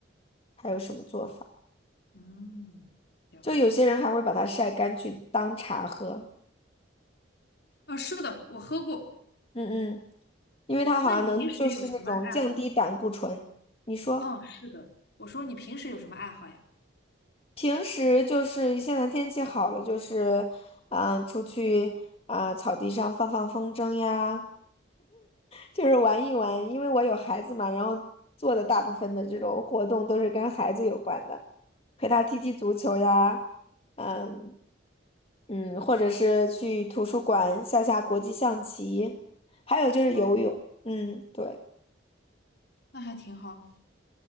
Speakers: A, on the left; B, on the left.
A: 还有什么做法。
B: 嗯，了解。
A: 就有些人还会把它晒干去当茶喝，
B: 啊，是的，我喝过。
A: 嗯嗯，因为它好像能就是那种降低胆固醇。
B: 那你平时有什么爱好呀？
A: 你说？
B: 嗯，是的。我说你平时有什么爱好呀？
A: 平时就是现在天气好了，就是，嗯、出去啊、草地上放放风筝呀，就是玩一玩。因为我有孩子嘛，然后做的大部分的这种活动都是跟孩子有关的，陪他踢踢足球呀，嗯嗯，或者是去图书馆下下国际象棋，还有就是游泳。
B: 哦，
A: 嗯，对
B: 那还挺好的。